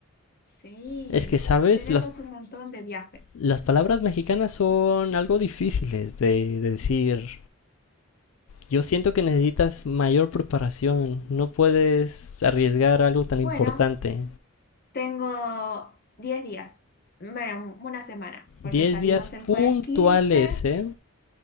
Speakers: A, on the left; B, on the left.
A: Sí,
B: Es que, ¿sabes?
A: tenemos
B: Las,
A: un montón de viajes.
B: las palabras mexicanas son algo difíciles de, de decir. Yo siento que necesitas mayor preparación. No puedes arriesgar algo tan importante.
A: Bueno, tengo 10 días, bueno, una semana, porque
B: Diez
A: salimos
B: días
A: el jueves
B: puntuales,
A: quince
B: ¿eh?